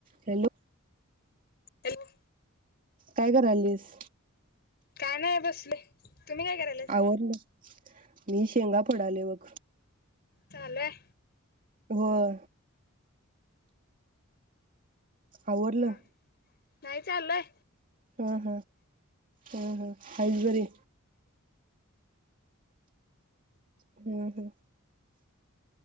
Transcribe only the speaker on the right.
hello
काय करायलीस?
आवरलं मी शेंगा फोडालोय बघ
होय आवरलं
हम हम हम हम्म हाईस बरी? हम्म हम्